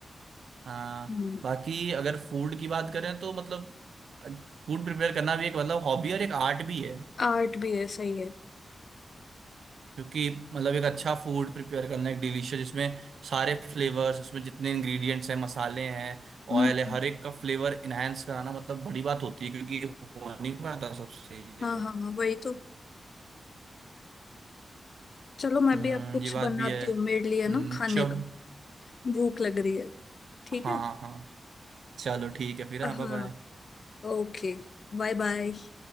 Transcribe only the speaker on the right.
हाँ
बाकी अगर फूड की बात करें तो मतलब फूड प्रिपेयर करना भी एक मतलब हॉबी और एक आर्ट भी है
क्योंकि मतलब एक अच्छा फूड प्रिपेयर करना एक डिलीशियस जिसमें सारे फ्लेवर्स उसमें जितने इंग्रेडिएंट्स हैं मसाले हैं
ऑयल है हर एक का फ्लेवर इनहेंस कराना मतलब बड़ी बात होती है क्योंकि ये हो नहीं पाता सबसे ये
हम्म
ये बात
भी है हम्म,
चलो
हाँ
हाँ चलो ठीक है फिर
हाँ बाय बाय।